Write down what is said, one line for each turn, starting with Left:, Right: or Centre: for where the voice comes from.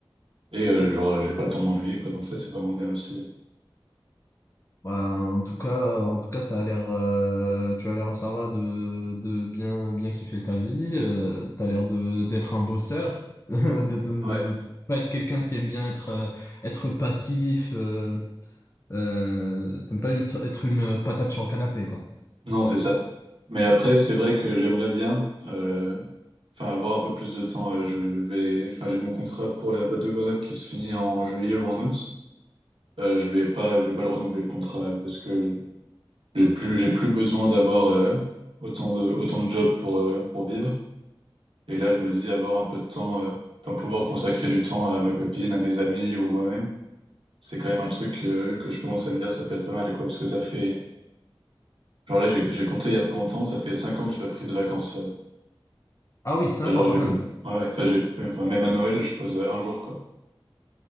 Right: Et euh, genre, j'ai pas le temps de m'ennuyer, quoi. Donc ça, c'est vraiment bien aussi. hein.
Left: Bah, en tout cas, en tout cas, ça a l'air, euh, tu as l'air, ça va de, de bien, bien kiffer ta vie. Euh, t'as l'air de d'être un bosseur, <laughs> d'être- de,
Right: Ouais,
Left: de pas être quelqu'un qui aime bien être, euh, être passif. euh. Euh, t'aimes pas une- être une euh, patate sur le canapé, quoi.
Right: non, c'est ça. Mais après, c'est vrai que j'aimerais bien euh, enfin, avoir un peu plus de temps. Euh, je je vais, enfin, j'ai mon contrat pour la boîte de Grenoble qui se finit en juillet ou en août. Euh, je vais pas, je vais pas le renouveler le contrat parce que j'ai plus, j'ai plus besoin d'avoir euh, autant de, autant de jobs pour, euh, pour vivre. Et là, je me dis avoir un peu de temps, euh, enfin pouvoir consacrer du temps à ma copine, à mes amis ou à moi-même, c'est quand même un truc euh, que je commence à me dire ça peut être pas mal quoi, parce que ça fait, genre là j'ai j'ai compté il y a pas longtemps, ça fait cinq ans que j'ai pas pris de vacances. euh.
Left: Ah oui, cinq
Right: Enfin, genre
Left: ans
Right: j'ai,
Left: quand même.
Right: ouais, ouais, enfin j'ai, enfin, même à Noël je pose euh, un jour quoi.